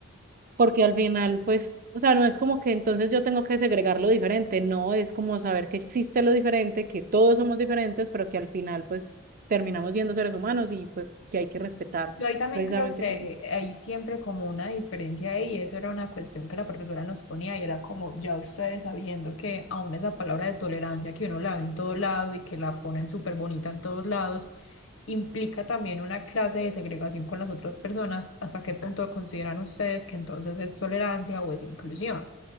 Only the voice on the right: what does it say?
porque al final pues, o sea, no es como que entonces yo tengo que segregar lo diferente, no, es como saber que existe lo diferente, que todos somos diferentes, pero que al final pues terminamos siendo seres humanos y pues que hay que respetar
precisamente
como...